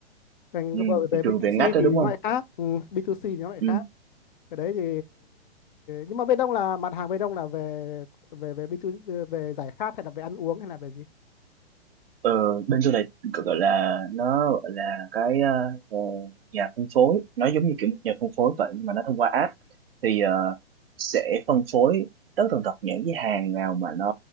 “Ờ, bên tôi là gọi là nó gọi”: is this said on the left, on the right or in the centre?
Right